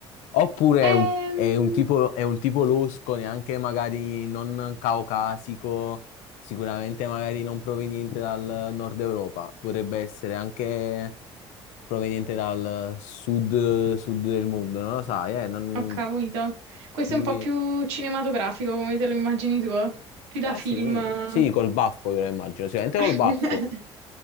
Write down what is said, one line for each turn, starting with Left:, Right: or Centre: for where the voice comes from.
Left: Oppure è
Right: Ehm,
Left: un, è un tipo, è un tipo losco, neanche magari non caucasico, sicuramente magari non proveniente dal nord Europa, potrebbe essere anche proveniente dal sud, sud del mondo, non lo sai, eh? non-
Right: ho capito. Questo
Left: quindi
Right: è un po' più cinematografico, come te lo immagini tu, eh? più da
Left: Ah
Right: film.
Left: sì,
Right: <laughs>
Left: sì, col baffo io lo immagino, sicuramente col
Right: eh.
Left: baffo,